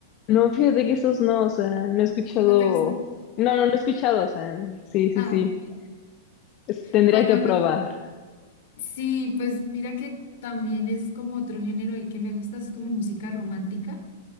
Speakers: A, on the left (about 35°); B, on the left (about 60°).
A: no, fíjate que esos no, o sea, no he escuchado,
B: ¿No te gusta?
A: no, no, no he escuchado, o sea, sí, sí,
B: Ah,
A: sí,
B: ok.
A: Es- tendría
B: Bueno,
A: que probar.
B: pues sí, pues mira que también es como otro género ahí que me gusta, es como música romántica